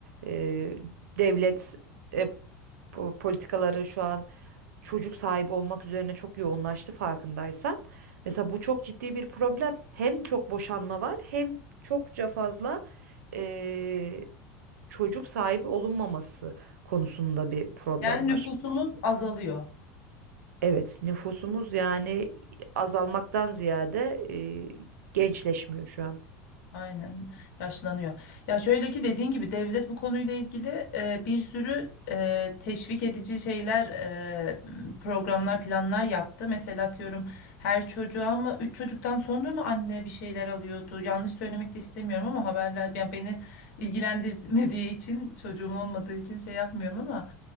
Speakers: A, on the right; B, on the left.
A: E, devlet e, bu politikaları şu an çocuk sahibi olmak üzerine çok yoğunlaştı farkındaysan. Mesela bu çok ciddi bir problem. Hem çok boşanma var hem çokça fazla eee, çocuk sahibi olunmaması konusunda bir problem
B: Yani
A: var.
B: nüfusumuz azalıyor.
A: Evet, nüfusumuz yani azalmaktan ziyade eee, gençleşmiyor şu an.
B: Aynen yaşlanıyor. Ya şöyle ki dediğin gibi devlet bu konuyla ilgili e, bir sürü e, teşvik edici şeyler, e, programlar, planlar yaptı. Mesela atıyorum her çocuğa mı, üç çocuktan sonra mı anne bir şeyler alıyordu? Yanlış söylemek de istemiyorum ama haberler yani beni ilgilendirmediği için, çocuğum olmadığı için şey yapmıyorum ama